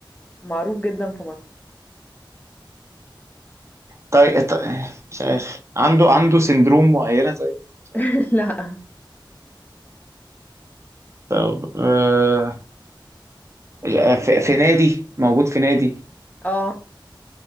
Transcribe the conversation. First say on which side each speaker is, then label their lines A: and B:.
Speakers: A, on the left; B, on the right.
A: معروف جدا في مصر
B: طيب ط- مش عارف عنده عنده سندروم معينة طيب مش عارف
A: <laughs> لا
B: طب آه... آه، في... في نادي موجود في نادي
A: اه